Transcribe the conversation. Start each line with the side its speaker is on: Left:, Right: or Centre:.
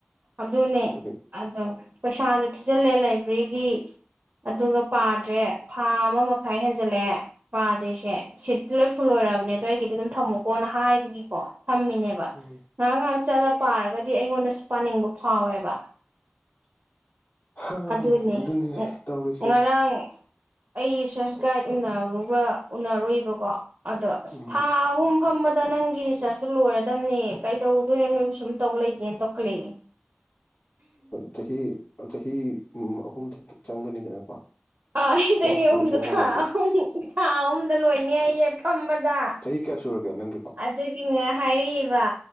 Right: ꯑꯗꯨꯅꯦ
Left: ꯑꯗꯨꯅꯤ
Right: ꯑꯗ ꯄꯩꯁꯥ ꯁꯨ ꯊꯤꯖꯤꯜꯂꯦ ꯂꯥꯏꯕ꯭ꯔꯦꯔꯤꯒꯤ ꯑꯗꯨꯒ ꯄꯥꯗ꯭ꯔꯦ ꯊꯥ ꯑꯃ ꯃꯈꯥꯏ ꯍꯦꯟꯖꯜꯂꯛꯑꯦ ꯄꯥꯗ꯭ꯔꯤꯁꯦ ꯁꯤꯠꯇꯤ ꯂꯣꯏ ꯐꯨꯜ ꯑꯣꯏꯣꯏꯔꯕꯅꯦꯗꯣ ꯑꯩꯒꯤꯗꯤ ꯑꯗꯨꯝ ꯊꯝꯃꯨꯀꯣꯅ ꯍꯥꯏꯕꯒꯤꯀꯣ ꯊꯝꯃꯤꯅꯦꯕ
Left: ꯎꯝ
Right: ꯉꯥꯏꯍꯥꯛ ꯉꯥꯛ ꯆꯗ ꯄꯥꯔꯒꯗꯤ ꯑꯩꯉꯣꯟꯗꯁꯨ ꯄꯥꯅꯤꯡꯕ ꯐꯥꯎꯋꯦꯕ
Left: ꯍꯥ
Right: ꯑꯗꯨꯅꯦ
Left: ꯑꯗꯨꯅꯤ ꯇꯧꯔꯤꯁꯦ
Right: ꯉꯔꯥꯡ ꯑꯩ ꯔꯤꯁꯔꯁ ꯒꯥꯏꯗ ꯎꯅꯔꯨꯕ ꯎꯅꯔꯨꯏꯕꯀꯣ ꯑꯗꯣ
Left: ꯎꯝ
Right: ꯁꯨꯝ ꯐꯝꯕꯗ ꯅꯪꯒꯤ ꯔꯤꯆꯥꯔꯖꯇꯨ ꯂꯣꯏꯔꯗꯝꯅꯦ ꯀꯩꯗꯧꯗꯣꯏꯅꯣ ꯅꯣꯏꯕꯨ ꯁꯨꯝ ꯇꯧ ꯂꯩꯒꯦꯅ ꯇꯧꯈꯠꯂꯛꯏꯦ
Left: ꯆꯍꯤ ꯆꯍꯤ ꯑꯍꯨꯝꯗꯨ ꯆꯪꯒꯅꯤꯗꯅꯀꯣ
Right: ꯑꯥ ꯑꯩ
Left: ꯑꯍꯨꯝꯗꯨꯁꯨ
Right: ꯆꯍꯤ ꯑꯍꯨꯝꯗ
Left: ꯂꯣꯏꯁꯟ ꯉꯝꯃꯗꯤ
Right: ꯊꯥ ꯑꯍꯨꯝ ꯊꯥ ꯑꯍꯨꯝꯗ ꯂꯣꯏꯅꯦ ꯑꯩꯌꯦ ꯐꯝꯕꯗ
Left: ꯆꯍꯤ ꯀꯌꯥ ꯁꯨꯔꯒꯦ ꯅꯪꯒꯤꯕꯣ
Right: ꯑꯗꯨꯒꯤꯅ ꯍꯥꯏꯕ